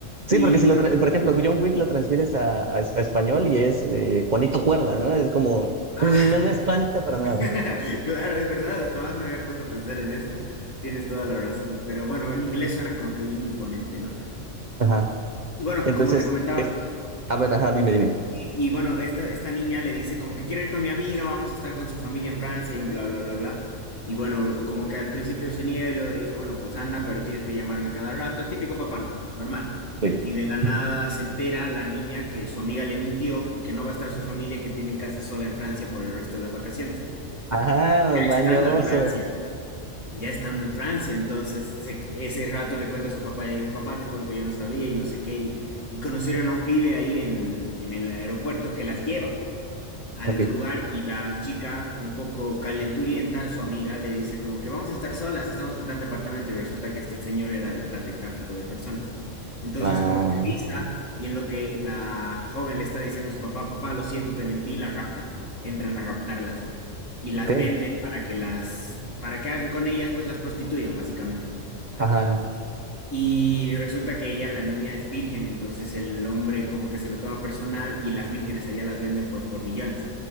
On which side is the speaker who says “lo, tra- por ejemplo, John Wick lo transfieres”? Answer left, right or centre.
Right